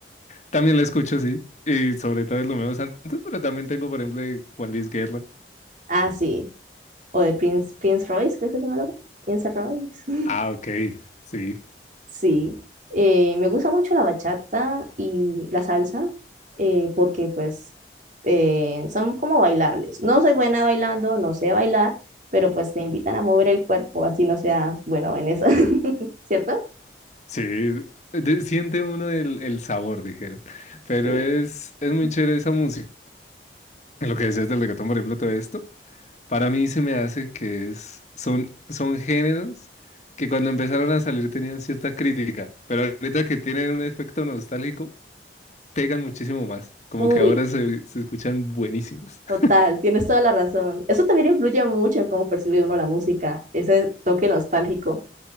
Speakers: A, on the left (about 40°); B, on the right (about 45°).
A: También la escucho, sí, y sobre todo es lo menos antes, pero también tengo, por ejemplo, de Juan Luis Guerra.
B: Ah, sí. O de Prince, Prince Royce, creo que se llama el otro. Prince Royce.
A: Ah,
B: <laughs>
A: ok, sí,
B: Sí. Eh, me gusta mucho la bachata y la salsa eh, porque pues eh, son como bailables. No soy buena bailando, no sé bailar, pero pues te invitan a mover el cuerpo, así no seas bueno en eso. <laughs> ¿Cierto?
A: sí, de- siente uno el, el sabor, dijeron, pero
B: Sí.
A: es, es muy chévere esa música. lo que decías del reggaetón, por ejemplo, todo esto. Para mí se me hace que es, son, son géneros que cuando empezaron a salir tenían cierta crítica, pero ahorita que tienen un efecto nostálgico, pegan muchísimo más. Como
B: Uy,
A: que ahora se, se escuchan buenísimas.
B: total,
A: <laughs>
B: tienes toda la razón. Eso también influye mucho en cómo percibe uno la música, ese toque nostálgico.